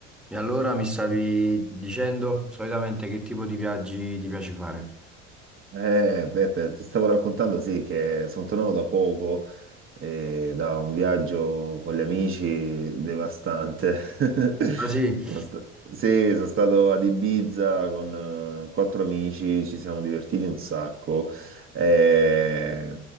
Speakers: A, in the centre; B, on the right (about 35°).
A: E allora mi stavi dicendo solitamente che tipo di viaggi ti piace fare?
B: Eh, Peppe, ti stavo raccontando, sì, che sono tornato da poco eh, da un viaggio con gli amici devastante. <laughs>
A: Ah sì?
B: Sono sta- sì, sono stato ad Ibiza con eh, quattro amici, ci siamo divertiti un sacco. Eh,